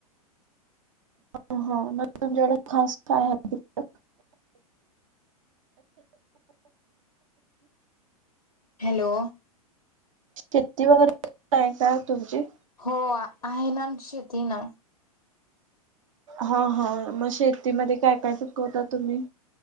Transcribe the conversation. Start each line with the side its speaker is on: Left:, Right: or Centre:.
Right: ह ह. मग तुमच्याकडे खास काय आहे तिकड?
Left: हॅलो.
Right: शेती वगैरे आहे का तुमची?
Left: हो आहे ना. आमची शेती ए ना.
Right: हा हा. म शेतीमध्ये काय काय पीकवता तुम्ही?